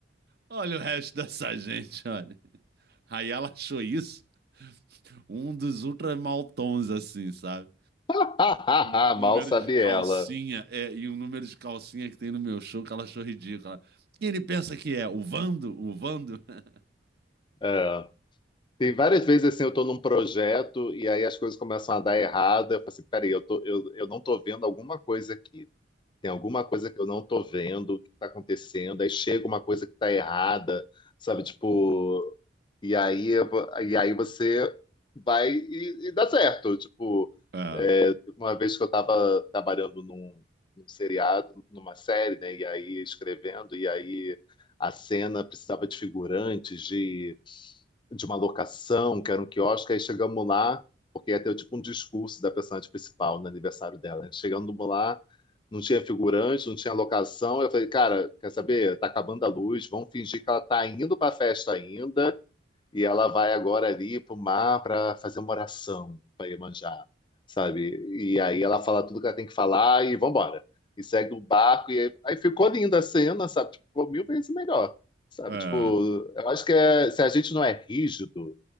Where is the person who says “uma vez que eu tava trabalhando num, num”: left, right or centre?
Left